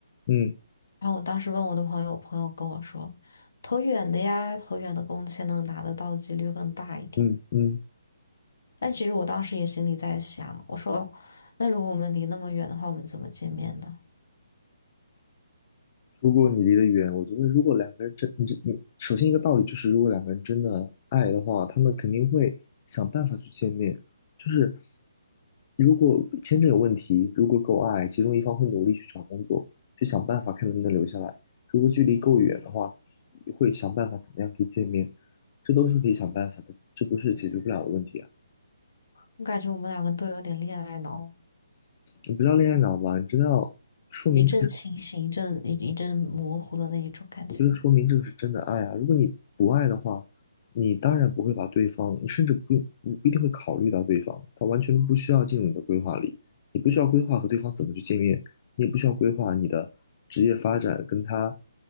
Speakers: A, on the left; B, on the left.
A: 嗯
B: 然后我当时问我的朋友，我朋友跟我说，投远的呀，投远的工签能拿得到的几率更大一点。
A: 嗯嗯。
B: 但其实我当时也心里在想，我说，那如果我们离那么远的话，我们怎么见面呢？
A: 如果你离得远，我觉得如果两个人真，你这你首先一个道理就是，如果两个人真的爱的话，他们肯定会想办法去见面。就是如果签证有问题，如果够爱，其中一方会努力去找工作，去想办法看能不能留下来。如果距离够远的话，会想办法怎么样可以见面，这都是可以想办法的，这不是解决不了的问题啊。
B: 我感觉我们两个都有点恋爱脑，
A: 你不叫恋爱脑吧？你真的要说明
B: 一阵清醒，一阵一一阵模糊的那一种感觉。
A: 我觉得说明这个是真的爱啊。如果你不爱的话，你当然不会把对方，你甚至不用不不一定会考虑到对方，他完全不需要进入你的规划里，你不需要规划和对方怎么去见面，你也不需要规划你的职业发展跟他